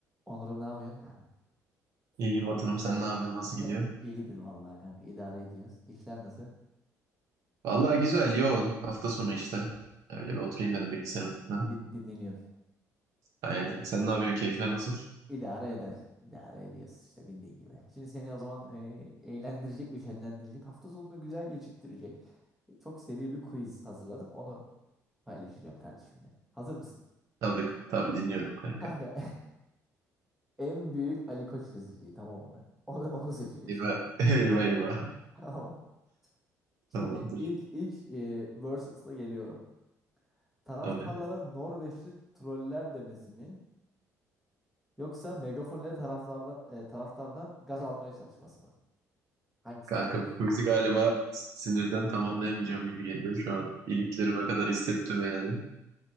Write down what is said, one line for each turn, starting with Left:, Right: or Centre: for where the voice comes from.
Centre: Onur'um ne yapıyorsun?
Right: İyi Vatanım sen ne yapıyorsun? Nasıl
Centre: <laughs>
Right: gidiyor?
Centre: İyidir vallahi kanka İdare ediyoruz. İşler nasıl?
Right: Vallahi güzel, yoğun. Hafta sonu işte. Öyle bir oturayım dedim bilgisayarın başına.
Centre: Din- dinleniyorsun.
Right: Aynen. Sen ne yapıyorsun? Keyifler nasıl?
Centre: İdare eder. İdare ediyoruz işte bildiğin gibi. Şimdi seni o zaman e, eğlendirecek ve şenlendirecek. Hafta sonunu güzel geçirttirecek. Çok seri bir quiz hazırladım. Onu paylaşacağım kardeşimle. Hazır mısın?
Right: Tabii, tabii dinliyorum kanka.
Centre: Kanka <laughs> en büyük Ali Koç rezilliği tamam mı? <laughs> Onu, onu seçeceğiz.
Right: Eyvah, <laughs> eyvah, eyvah.
Centre: <laughs> Tamam mı? Şimdi
Right: Tamamdır.
Centre: ilk ilk e, versus'la geliyorum. Taraftarlara
Right: Tabii.
Centre: Norveçli troller demesi mi? Yoksa megafon ile taraflardan, e, taraftardan gaz almaya çalışması mı? Hangisi
Right: Kanka
Centre: daha iyi?
Right: bu quiz'i galiba sinirden tamamlayamayacağım gibi geliyor. Şu an iliklerime kadar hissettim yani.